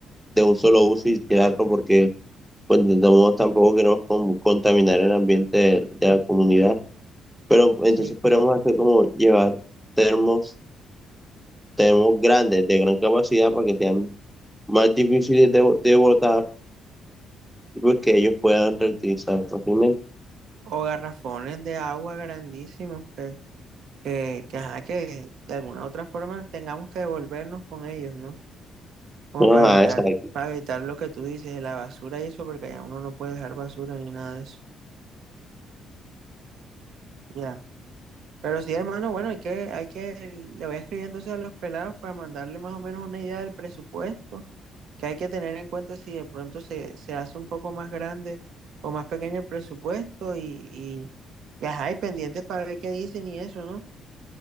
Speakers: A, in the centre; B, on the right.
A: de un solo uso y tirarlo porque, pues, de todos modos tampoco queremos como contaminar el ambiente de, de la comunidad, pero entonces
B: Sí,
A: podemos hacer como llevar termos, termos grandes, de gran capacidad para que sean más difíciles de, de botar y pues que ellos puedan reutilizar fácilmente.
B: o garrafones de agua grandísimos que, que, que, ajá, que de alguna otra forma tengamos que devolvernos con ellos, ¿no? Como
A: Ajá,
B: para evitar,
A: exacto.
B: para evitar lo que tú dices, la basura y eso, porque ya uno no puede dejar basura ni nada de eso. Ya. Pero sí, hermano, bueno, hay que, hay que, le voy a escribir entonces a los pelados para mandarle más o menos una idea del presupuesto que hay que tener en cuenta si de pronto se, se hace un poco más grande o más pequeño el presupuesto y, y, y ajá, y pendientes para ver qué dicen y eso, ¿no?